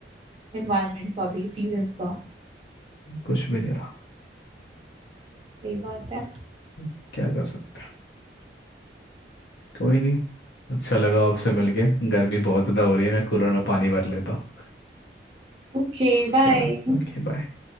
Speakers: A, on the right; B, on the left.
A: एनवायरनमेंट का भी सीजन्स का
B: कुछ भी नहीं रहा
A: सही बात है
B: हम्म, क्या कर सकते हैं कोई नहीं अच्छा लगा आपसे मिलके गर्मी बहुत ज़्यादा हो रही है मैं कूलर में पानी भर लेता हूँ
A: Okay bye
B: चलो ओके बाय